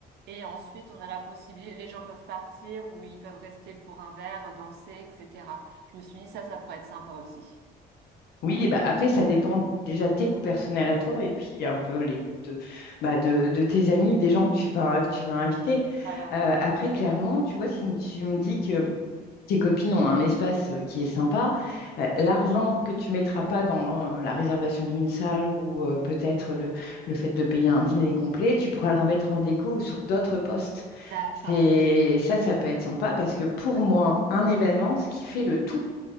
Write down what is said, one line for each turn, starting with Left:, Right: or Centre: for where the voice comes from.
Right: Et ensuite, on a la possibilité, les gens peuvent partir ou ils peuvent rester pour un verre, danser, etc. Je me suis dit, ça, ça pourrait être sympa aussi.
Left: Oui, bah après, ça dépend déjà de tes goûts personnels à toi et puis un peu les goûts de, bah, de, de tes amis, des gens que tu vas, que tu vas inviter.
Right: Voilà.
Left: Euh, après, clairement, tu vois, si tu me dis que tes copines ont un espace euh, qui est sympa, euh, l'argent que tu mettras pas dans euh, la réservation d'une salle ou euh, peut-être le, le fait de payer un dîner complet, tu pourras le remettre en déco sur d'autres postes.
Right: D'accord.
Left: C'est, ça, ça peut être sympa parce que pour
Right: Ouais.
Left: moi, un événement, ce qui fait le tout,